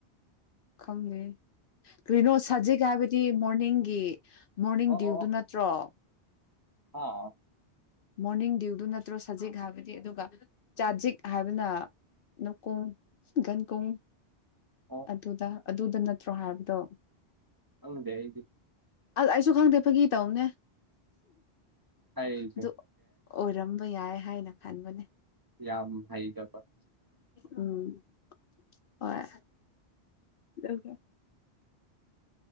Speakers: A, on the left; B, on the right.
A: ꯈꯪꯗꯦ ꯀꯔꯤꯅꯣ ꯁꯖꯤꯛ ꯍꯥꯏꯕꯗꯤ ꯃꯣꯔꯅꯤꯡꯒꯤ ꯃꯣꯔꯅꯤꯡ
B: ꯑꯣ
A: ꯗ꯭ꯌꯨꯏꯗꯨ
B: ꯑꯣ
A: ꯅꯠꯇ꯭ꯔꯣ
B: <unintelligible>
A: ꯃꯣꯔꯅꯤꯡ ꯗ꯭ꯌꯨꯏꯗꯨ ꯅꯠꯇ꯭ꯔꯣ ꯁꯖꯤꯛ ꯍꯥꯏꯕꯗꯤ ꯑꯗꯨꯒ ꯆꯥꯖꯤꯛ ꯍꯥꯏꯕꯅ ꯅꯥꯎꯀꯣꯡ ꯒꯟꯀꯣꯡ
B: ꯑꯣ
A: ꯑꯗꯨꯗ ꯑꯗꯨꯗ ꯅꯠꯇ꯭ꯔꯣ ꯍꯥꯏꯕꯗꯣ
B: ꯈꯪꯗꯦ ꯑꯩꯗꯤ
A: ꯑꯜ ꯑꯩꯁꯨ ꯈꯪꯗꯦ ꯐꯥꯒꯤ ꯇꯧꯕꯅꯦ
B: ꯑꯩꯖꯨ
A: ꯑꯗꯨ ꯑꯣꯏꯔꯝꯕ ꯌꯥꯏ ꯍꯥꯏꯅ ꯈꯟꯕꯅꯦ
B: ꯌꯥꯝ ꯍꯩꯗꯀꯣ
A: ꯎꯝ ꯍꯣꯏ ꯑꯗꯨꯒꯤ